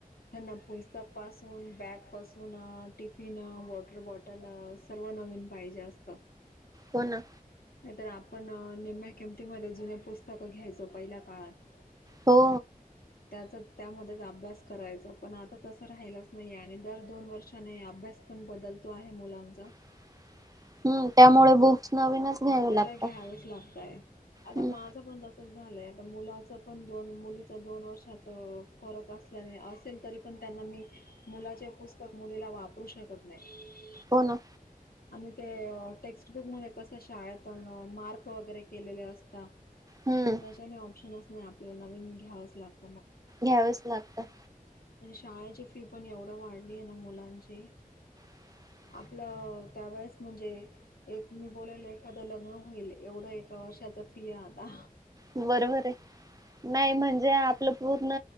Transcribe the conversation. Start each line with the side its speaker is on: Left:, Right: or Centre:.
Left: त्यांना पुस्तक पासून बॅग पासून टिफिन वॉटर बॉटल सर्व न नवीन पाहिजे असत
Right: हो ना
Left: नाही तर आपण निमम्या किमतीमध्ये जुन पुस्तकं घ्यायचो पहिल्या काळात
Right: हो
Left: त्याचा त्यामध्येच अभ्यास करायचं पण आता तसं राहिलाच नाही आहे आणि दर दोन वर्षाने अभ्यास पण बदलतो आहे मुलांचा
Right: <unintelligible> हम्म त्यामुळे बुक्स नवीनच घ्यावे
Left: आपल्याला
Right: लागतात
Left: घ्यावेच लागतय आता
Right: हम्म,
Left: माझं पण तस झालय आ मुलाच पण दोन मुलीच दोन वर्षाचा फरक अस असेल तरी पण त्यांना मी मुलाचे पुस्तक मुलीला वापरू शकत नाही
Right: हो ना
Left: आणि ते टेक्स्टबुक मध्ये कस शाळेत मार्क वगैरे केलेले असतात
Right: हम्म
Left: त्याच्याने ऑप्शनच नाही आपल्याला नवीन घ्यावंच लागत
Right: घ्यावच लागत
Left: आणि शाळेची फी पण एवढं वाढली आहे ना मुलांची
Right: <unintelligible>
Left: आपलं त्यावेेळेस म्हणजे एक मी बोलाला एखादं लग्न होईल एवढं एक ए वर्षाचा फीया आता
Right: बरोबर आहे. नाही म्हणजे आपलं पूर्ण